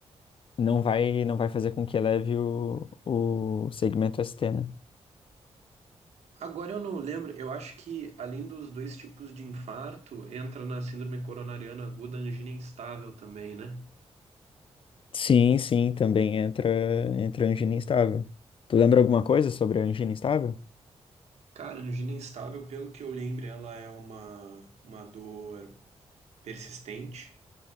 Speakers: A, on the left; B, on the right.
A: não vai, não vai fazer com que eleve o, o segmento ST, né?
B: Agora eu não lembro, eu acho que além dos dois tipos de infarto, entra na síndrome coronariana aguda a angina instável também, né?
A: Sim, sim, também entra, entra angina instável. Tu lembra alguma coisa sobre a angina instável?
B: Cara, a angina instável, pelo que eu lembro, ela é uma, uma dor persistente.